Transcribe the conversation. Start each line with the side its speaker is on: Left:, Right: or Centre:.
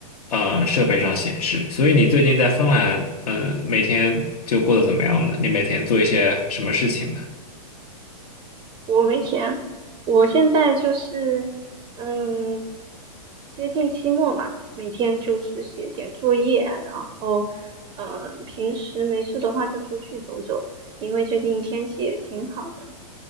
Left: 嗯设备上显示。所以你最近在芬兰，嗯、每天就过得怎么样呢？你每天做一些什么事情呢？
Right: 我没钱，我现在就是嗯，接近期末嘛，每天就是写点作业，然后嗯，呃平时没事的话就出去走走，因为最近天气也挺好的。